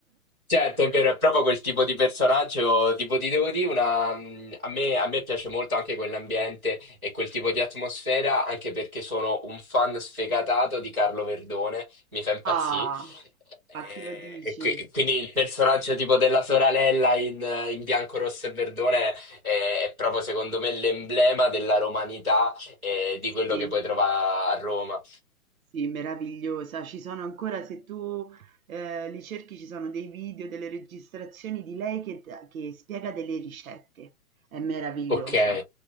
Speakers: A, in the centre; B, on the right (about 70°).
A: Certo, è vero, è proprio quel tipo di personaggio, tipo ti devo dire, una, mm, a me, a me piace molto anche quell'ambiente e quel tipo di atmosfera, anche perché sono un fan sfegatato di Carlo Verdone, mi fa impazzire.
B: Ah,
A: E,
B: a chi lo dici?
A: e qui- quindi il personaggio tipo della sorella in, eh, in bianco, rosso e verdone è, è proprio secondo me l'emblema della romanità e di quello
B: Sì.
A: che puoi trovare a Roma.
B: Sì, meravigliosa. Ci sono ancora, se tu eh, li cerchi, ci sono dei video, delle registrazioni di lei che, che spiega delle ricette. È meravigliosa.
A: Ok,